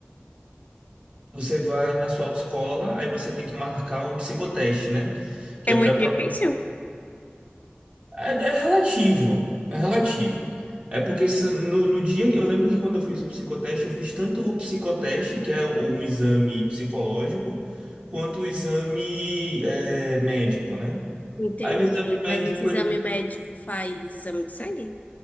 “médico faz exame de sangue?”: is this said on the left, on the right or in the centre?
Left